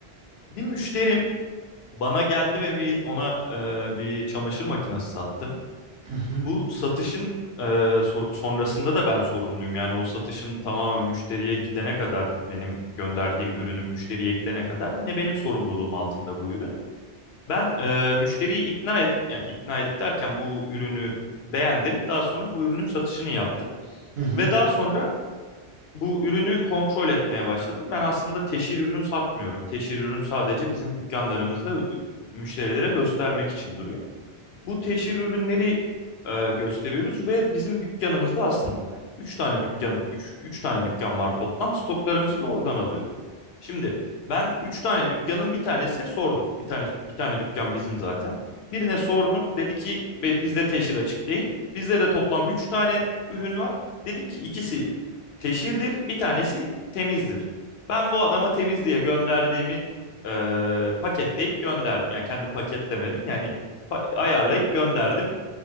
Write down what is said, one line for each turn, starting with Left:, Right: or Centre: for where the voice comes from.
Left: bir müşterim bana geldi ve bir ona e, bir çamaşır makinesi sattım.
Right: Hı hı,
Left: Bu satışın e, sor- sonrasında da ben sorumluyum. Yani o satışın tamamen müşteriye gidene kadar benim gönderdiğim ürünün müşteriye gidene kadar yine benim sorumluluğum altında bu ürün. Ben e, müşteriyi ikna edip yani ikna edip derken bu ürünü beğendirip daha sonra bu ürünün satışını yaptım.
Right: hı hı.
Left: Ve daha sonra bu ürünü kontrol etmeye başladım. Ben aslında teşhir ürün satmıyorum. Teşhir ürün sadece bizim dükkanlarımızda ü- müşterilere göstermek için duruyor bu teşhir ürünleri e, gösteriyoruz ve bizim dükkanımızda aslında üç tane dükkan 3 üç tane dükkan var toplam. Stoklarımızı da oradan alıyoruz. Şimdi ben 3 tane dükkanın bir tanesine sordum. Bir tane bir tane dükkan bizim zaten. Birine sordum. Dedi ki "Be- bizde teşhir açık değil. Bizde de toplam 3 tane ürün var. Dedim ki ikisi teşhirdir, bir tanesi temizdir. Ben bu adama temiz diye gönderdiğimi e, paketleyip gönderdim. Ya kendim paketlemedim. Yani pa- ayarlayıp gönderdim